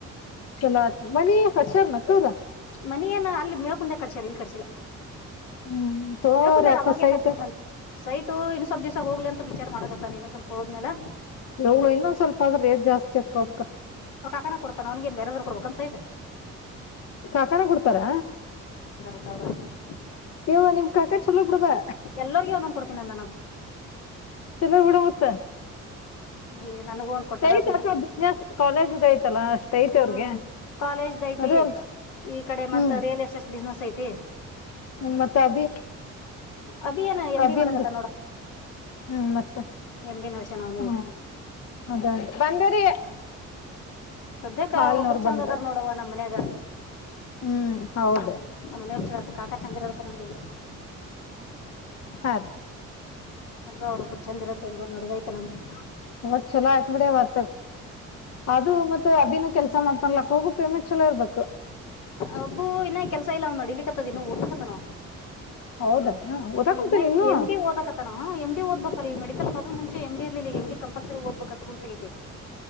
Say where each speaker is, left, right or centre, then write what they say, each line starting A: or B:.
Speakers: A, on the left; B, on the left.
A: ಚಲೋ ಆತ್ ಮನಿ ಹರ್ಷಾರ್ನಕ್ಕವ್ರ.
B: ಮನ ಏನ ಅಲ್ಲಿ ಮೇಳ್ಕಂದ ಕಡಸಾರ ಇಲ್ಲಿ ಕರ್ಸಿಲ್ಲ.
A: ಹ್ಮ್ ತೋರ್
B: ಮೇಳ್ಕಂತಾರ
A: ಯಾಕೋ
B: ಅವಾಗೇ
A: ಸೈಟ್
B: ಕರ್ಸಿದ್ನಲ್. ಸೈಟು ಇನ್ ಸ್ವಲ್ಪ ದಿವ್ಸ ಹೋಗ್ಲಿ ಅಂತ ವಿಚಾರ ಮಾಡಕತ್ತಾನೆ ಇನ್ನೊ ಸ್ವಲ್ಪ ಹೋದ್ಮೇಲೆ.
A: ಇವಳು ಇನ್ನೊಂದ್ ಸ್ವಲ್ಪ ಆದ್ರ ರೇಟ್ ಜಾಸ್ತಿ ಅಕ್ಕವಕ್ಕ.
B: ಕಾನ ಕೊಡ್ತಾ ಅವನಿಗ ನ್ ಬೇರೆದ್ರು ಕೊಡ್ಬೇಕ ಅನ್ ಸೈಟ್.
A: ಕಾಕಾನ ಕೊಡ್ತಾರ.
B: ತ <inaudible>
A: ಯವ ನಿಮ್ ಕಾಕ ಚಲೋ ಬಿಡವಾ.
B: ಎಲ್ಲರ್ಗ ಅವ್ಂದನ್ ಕೊಡ್ತೀ ಅಂದ ನ ಅಂತ.
A: ಚಲ ಬಿಡ ಮತ್ತ.
B: ಈ ನನಗೂ ಒಂದ್ ಕೊಟ್ಟಾರ
A: ಸ್ಟೈಟ್
B: ಸುಜಿ
A: ಅಥವಾ ಬಿಸ್ನೆಸ್ ಕಾಲೇಜ್. ಐತಲ್ಲ ಅಷ್ಟೈತ್
B: ಹ್ಮ್
A: ಅವ್ರಿಗೆ
B: ಕಾಲೇಜ್ದ ಐತಿ
A: ಅದು ಒಂದ್
B: ಈ ಕಡೆ
A: ಹ್ಮ್
B: ಮತ್ತ ರಿಯಲ್ ಎಸ್ಟೇಟ್ ಬಿಸ್ನೆಸ್ ಐತಿ.
A: ಮತ್ತ ಅಭಿ.
B: ಅಭಿಯಾನ ಎಮ್
A: ಅಭಿಂದು
B: ಡಿ ಮಾಡಕತ್ತ ನೋಡ.
A: ಹ್ಮ್ ಮತ್ತ
B: ಎಂ ಡಿ ನಡ್ಸ್ಯಾನ ಅವ್ನು
A: ಹ್ಮ
B: ಈಗ
A: ಅದ ಬಂದರಿ.
B: ಸದ್ಯಕ್ಕೆ
A: ಹಾಲ್ನವ್ರು
B: ಅವ್ರೊಬ್ಬರು ಚಂದ
A: ಬಂದ್ರ
B: ಅದಾರ ನೋಡವ ನಮ್ಮ ಮನ್ಯಾಗ.
A: ಹ್ಮ್ ಹೌದು
B: ನಮ ನಮ್ಮ ಮನೆಯರು ಚ ಕಾಕಾ ಚಂದರತ್ತ ನಮ್ದಲ್ಲ
A: ಹ <inaudible>
B: ಹೆಂಗೋ ಅವರುಬ್ ಚಂದಿರೋದು ಹೆಂಗೋ ನಡದಯ್ತು ನಮ್ದ.
A: ಒ ಚಲೋ ಆಯ್ತ್ ಬಿಡಿವತ್ ಆದ್ರೂ ಮತ್ತತ್ ಅಬಿನೂ ಕೆಲ್ಸ ಮಾಡ್ತನ್ಲಾಕ್ಕ ಹೋಗು ಪೇಮೆಂಟ್ ಚಲೋ ಇರ್ಬೇಕು
B: ಅಬ್ಬು ಇನ್ನ ಕೆಲ್ಸ ಇಲ್ಲ ಒಂದ ನಡಿಲಿಕ್ಕತ್ತದನ್ನು ಓದಲಕತ ನಾವ.
A: ಹೌದಾ ಓದಾಕುಂತೇನಿ
B: ಹಾ ನ
A: ಇನ್ನು
B: ಎಂ ಡಿ ಓದಕತನ ಏಮ್ ಡಿ ಓದ್ಬೇಕ ಅ ಈ ಮೆಕಲ್ ಮೊದ್ ಮುಂಚೆ ಎ ಇರ್ಲಿಲ್ಲ ಎಮ ಡಿ. ಕಂಪಲ್ಸರಿ ದ್ಬೇಕ ಅಂತ ರೂಲ್ಸ್ ಆಗೈತಿ.